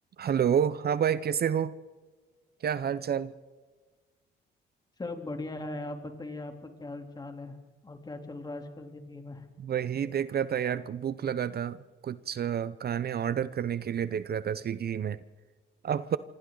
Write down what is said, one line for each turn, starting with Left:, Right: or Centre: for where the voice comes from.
Right: Hello हाँ भाई कैसे हो क्या हाल चाल
Left: सब बढ़िया है आप बताइए आपका क्या हाल चाल है और क्या चल रहा है आजकल जिंदगी में
Right: वही देख रहा था यार भूख लगा था कुछ अ, खाने ऑर्डर करने के लिए देख रहा था स्विगी में आप